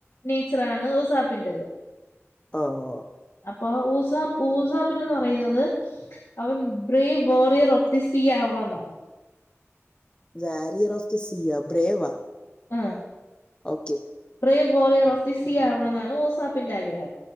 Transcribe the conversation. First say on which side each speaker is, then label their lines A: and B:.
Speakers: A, on the left; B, on the left.
A: നേച്ചറാണ് ഉസാപ്പിന്റെത്..
B: <unintelligible>
A: അപ്പൊ ഊസ്. ഊസാപ്പിനന്ന് പറയുന്നത്.. അവൻ ബ്രി വോറിയർ ഓഫ് ദി സി ആവണോന്നാണ്..
B: the warrior of the. Sea brave..
A: ah
B: okay
A: brave warrior of the sea ആവണമെന്നാണ് ഓസാപ്പിന്റെ ആഗ്രഹം